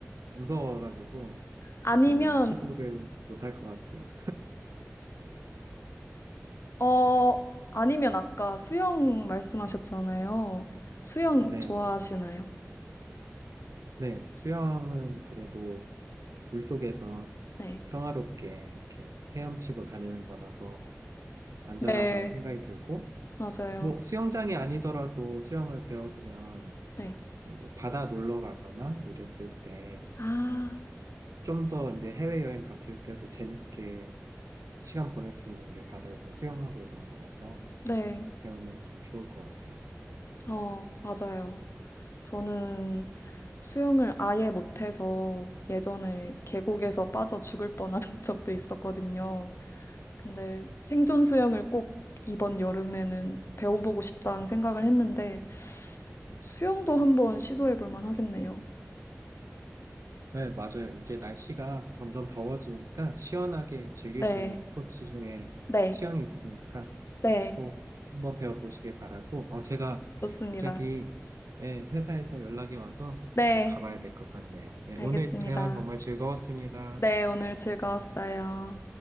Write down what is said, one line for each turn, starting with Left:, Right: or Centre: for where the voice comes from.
Right: <laughs> 무서워가지고
Left: 아니면,
Right: 이렇게 시도를 못 할 것 같아요.
Left: 어, 아니면 아까 수영 말씀하셨잖아요. 수영
Right: 네네.
Left: 좋아하시나요?
Right: 네, 수영은 그래도 물속에서
Left: 네.
Right: 평화롭게 이렇게 헤엄치고 다니는 거라서 안전하다고
Left: 네.
Right: 생각이 들고,
Left: 맞아요.
Right: 뭐 수영장이 아니더라도 수영을 배워두면
Left: 네.
Right: 뭐 바다 놀러 가거나 이랬을 때
Left: 아,
Right: 좀 더 이제 해외여행 갔을 때도 재밌게 시간 보낼 수 있는 게 바다에서 수영하고 이런 거라서
Left: 네.
Right: 배우면 좀 좋을 것 같아요.
Left: 어, 맞아요. 저는 수영을 아예 못해서 예전에 계곡에서 빠져 죽을 뻔한 <laughs> 적도 있었거든요. 근데 생존 수영을 꼭 이번 여름에는 배워보고 싶다는 생각을 했는데 수영도 한번 시도해 볼 만하겠네요.
Right: 네, 맞아요. 이제 날씨가 점점 더워지니까 시원하게 즐길
Left: 네,
Right: 수 있는 스포츠 중에
Left: 네,
Right: 수영이 있으니까
Left: 네,
Right: 꼭 한번 배워보시길 바라고, 어, 제가
Left: 좋습니다.
Right: 갑자기, 예, 회사에서 연락이 와서
Left: 네,
Right: 좀 가봐야 될 것 같네요. 네,
Left: 알겠습니다.
Right: 오늘 대화 정말 즐거웠습니다.
Left: 네, 오늘 즐거웠어요.